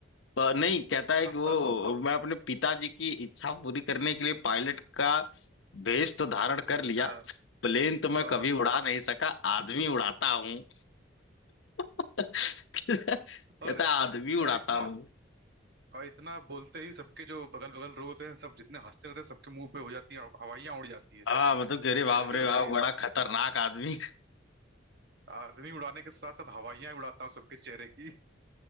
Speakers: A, on the left; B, on the right.
A: पर नहीं कहता है
B: हाँ,
A: कि वो मैं अपने पिताजी की इच्छा पूरी करने के लिए पायलट का भेष तो धारण कर लिया
B: हाँ,
A: प्लेन तो मैं
B: हाँ,
A: कभी उड़ा नहीं सका आदमी उड़ाता हूँ <laughs> कहता
B: और
A: है, आदमी
B: और
A: उड़ाता
B: इतना
A: हूँ
B: और इतना बोलते ही सबके जो बगल बगल लोग होते हैं सब जितने हंसते रहते हैं सबके मुंह पे हो जाती है हवाइयां उड़ जाती है
A: हाँ मतलब कि अरे बाप
B: गजब
A: रे बाप
B: सीन
A: बड़ा खतरनाक आदमी
B: आदमी उड़ाने के साथ साथ हवाइयां उड़ाता हूँ सबके चेहरे की